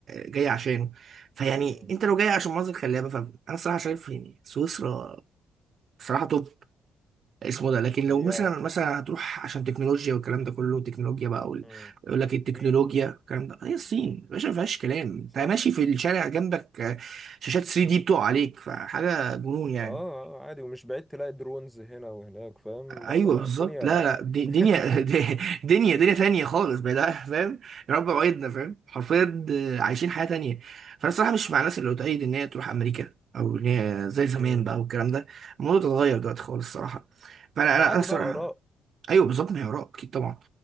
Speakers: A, on the right; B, in the centre.
A: جاي عشانه فيعني
B: مم.
A: انت لو جاي عشان مناظر خلابه فانا الصراحه شايف يعني سويسرا صراحه توب اسمه ده لكن
B: هي
A: لو مثلا مثلا هتروح عشان تكنولوجيا والكلام ده كله تكنولوجيا بقى وال-
B: مم.
A: يقول لك التكنولوجيا
B: طين
A: الكلام ده هي الصين يا باشا ما فيهاش كلام انت
B: صح
A: ماشي في الشارع جنبك آه، شاشات 3 دي بتقع عليك فحاجه جنون يعني
B: اه آه، عادي ومش بعيد تلاقي درونز هنا وهناك فاهم
A: ايوه
B: لا لا لا
A: بالظبط
B: الدنيا
A: لا لا دي- دنيا
B: <laughs>
A: <laughs> دي- دنيا دنيا تانية خالص بقى ده فاهم يا رب وعدنا فاهم حرفيا آه، عايشين حياه تانية فانا الصراحه مش مع الناس اللي بتأيد ان هي تروح امريكا او ان هي زي زمان
B: مم.
A: بقى والكلام ده الموضوع ده اتغير دلوقتي خالص الصراحه فانا
B: ما
A: انا
B: عادي
A: أنا الصراحه
B: بقى آراء
A: ايوه بالظبط ما هي اراء اكيد طبعا